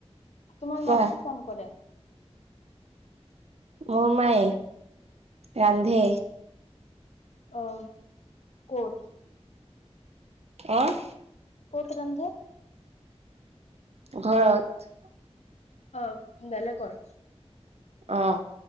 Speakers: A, on the left; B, on the right.
A: তোমাৰ
B: কোৱা
A: মা কি কাম কৰে?
B: মোৰ মায়ে ৰান্ধে
A: অম ক'ত-
B: অ-
A: ক'ত ৰান্ধে
B: ঘৰত
A: অ বেলেকৰ
B: অ